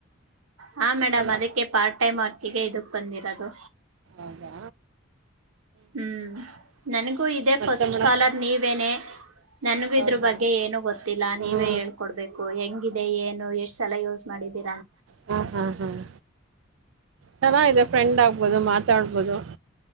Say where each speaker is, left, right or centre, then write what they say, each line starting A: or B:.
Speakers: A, on the right; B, on the right.
A: ಹಾ ಮೇಡಮ್
B: ಅಲ್ಲ
A: ಅದಕ್ಕೆ ಪಾರ್ಟ್ ಟೈಮ್ ಆ ಹಗ ಇದಕ್ ಬಂದಿರೋದು
B: ಆದ
A: ಹ್ಮ್ ನನ್ಗೂ ಇದೇ
B: ಮತ್ತೆ
A: ಫಸ್ಟ್
B: ಮೇಡಮ್
A: ಕಾಲರ್ ನೀವೇನೆ ನನ್ಗೂ
B: ಹೌದಾ
A: ಇದ್ರ ಬಗ್ಗೆ ಏನು ಗೊತ್ತಿಲ್ಲ
B: ಹ್ಞೂ
A: ನೀವೇ ಹೇಳ್ಕೊಡ್ಬೇಕು ಹೆಂಗಿದೆ ಏನು ಎಷ್ಟ್ ಸಲ ಯೋಸ್ ಮಾಡಿದೆ.
B: ಹಾ ಹಾ ಹ್ಮ್ ಚೆನ್ನಾಗಿದೆ ಫ್ರೆಂಡ್ ಆಗ್ಬೋದು ಮಾತಾಡ್ಬೋದು.